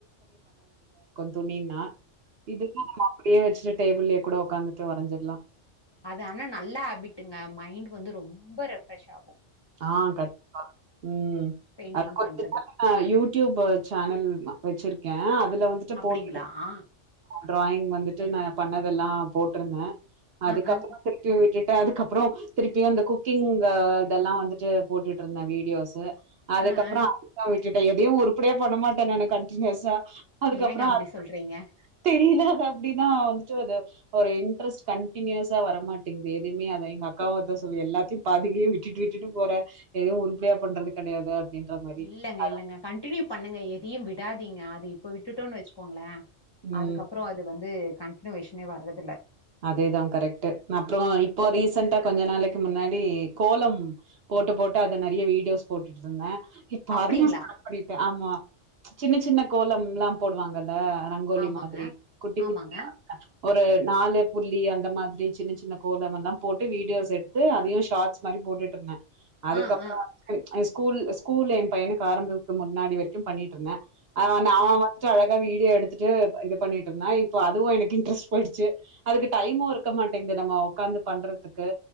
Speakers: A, on the right; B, on the left.
A: துணின்மா இதுல்லா நம்ம அப்டியே வச்சட்டு டேபிள்லயே கூட கூட்காந்துட்டு வரைஞ்சிடலா
B: அது ஆனா நல்ல ஹேபிட்டுங்க மைண்ட் வந்து ரொம்ப ரெஃப்ரெஷ் ஆகும்
A: ஆஹ் கண்டிப்பா உஹம்
B: பெயிண்டிங்
A: அத கொஞ்சோ
B: பண்றது
A: நாள்ல யூடியூப் சேனல் வச்சிருக்கே ஹஅது வந்துட்டு
B: அப்டிங்களா
A: போட்டு
B: ஆ
A: ட்ராயிங் வந்துட்டு நா பண்ணதெல்லா போட்டிருந்தே அதுக்கப்புறம்
B: ஆ ஆ
A: திருப்பி விட்டுட்டு அதுக்கப்புறோ திருப்பியு அந்த குக்கிங் இதெல்லா வந்துட்டு போட்டுட்டு இருந்தேன் வீடியோஸ்சு அதுக்கப்றோ
B: ஆ ஆ
A: அக்காவிட்டு விட்டுட்ட எதையு உறுப்டியா பண்ணமாட்டே நானு கண்டினியஸ்ஸா அதுக்கப்புறோ
B: ஏங்க அப்டி
A: அகு
B: சொல்றீங்க
A: தெரில அப்டிதா வந்துட்டு அது ஒரு இன்டரஸ்ட் கண்டினியூஸா வர மாட்டேங்குது எதுவுமே அதான் எங்க அக்காவு அதா சொல்லு எல்லாத்தையு பாதிலயே விட் டுட்டு விட்டுட்டு போற எதும் உறுப்படியா பண்றது கெடையாது அப்டின்ற மாரி
B: இல்லங்க
A: அதா
B: இல்லங்க கண்டினியூ பண்ணுங்க எதையு விட் விடாதிங்க அது இப்போ விட்டுட்டோன் வெச்சுக்கோங்களே
A: ம்
B: அதுக்கப்றோ அது வந்து கண்டினியூஷனே வர்றதில்ல
A: அதேதா கரெக்ட்டு அப்றோ இப்போ
B: அது
A: ரீசன்ட்டா கொஞ்ச நாளைக்கு முன்னாடி கோலம் போட்டு போட்டு அத நெறையா வீடியோஸ் போட்டுட்ருந்தே இப்போ
B: அப்டிங்களா
A: அதுமே ஸ்டாப் பண்ணிட்ட ஆமா சின்ன சின்ன கோலம்லா போடுவாங்க ல்ல ரங்கோலி
B: ஆமாங்க
A: மாதிரி குட்டி
B: ஆமாங்க
A: குட்டியா ஒரு நாலு புள்ளி அந்த மாதிரி சின்ன சின்ன கோலமெல்லா போட்டு வீடியோஸ் எடுத்து அதையு ஷார்ட்ஸ் மாரி போட்டுட்ருந்த அதுக்கப்ற
B: ஆ ஆ
A: வந்து எ ஸ்கூல் ஸ்கூல் எம் பையனுக்கு ஆரம்பிக்கு முன்னாடி வரைக்கு பண்ணிட்ருந்த ஆ நா அவ வன்ட்டு அது வரைக் கு வீடியோ எடுத்துட்டு இது பண்ணிட்ருந்தா இப்ப அதுவு எனக்கு இன்ட்ரெஸ்ட் போயிடுச்சு அதுக்கு டைமு இருக்க மாட்டேங்து நம்ம உக்காந்து பண்றதுக்கு